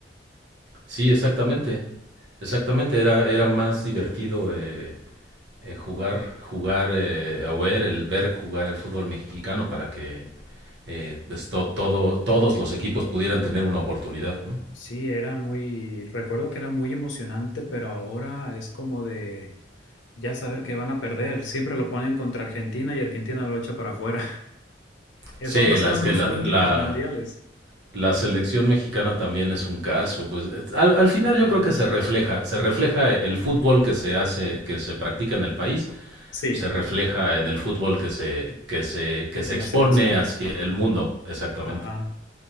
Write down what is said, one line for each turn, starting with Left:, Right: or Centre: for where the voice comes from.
Right: sí, exactamente. Exactamente, era, era más divertido eh, eh, jugar, jugar eh, o ver el, ver jugar el fútbol mexicano para que eh, pues, to- todo, todos los equipos pudieran tener una oportunidad, ¿no?
Left: Sí, era muy, recuerdo que era muy emocionante, pero ahora es como de... Ya saber que van a perder, siempre lo ponen contra Argentina y Argentina lo echa para afuera. <laughs> Eso
Right: Sí,
Left: ha pasado
Right: la, es
Left: en
Right: que
Left: los
Right: la,
Left: últimos
Right: la-
Left: mundiales.
Right: La selección mexicana también es un caso, pues es- al, al final
Left: Ajá.
Right: yo creo que se refleja, se refleja el fútbol que se hace, que se practica en el país,
Left: Sí,
Right: se refleja en el fútbol que se, que se, que se
Left: en
Right: expone
Left: la selección.
Right: hacia el mundo, exactamente.
Left: Ajá.